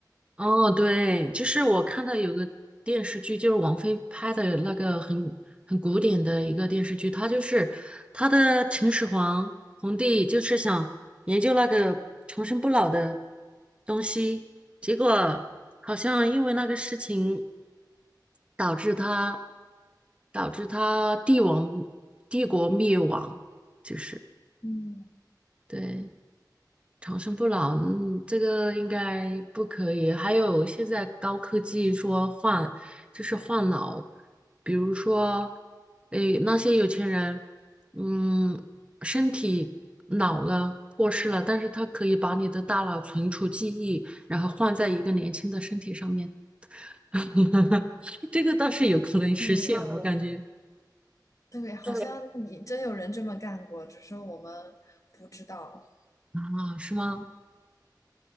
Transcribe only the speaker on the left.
嗯，
嗯，
对，好像你真有人这么干过，
只是我们不知道。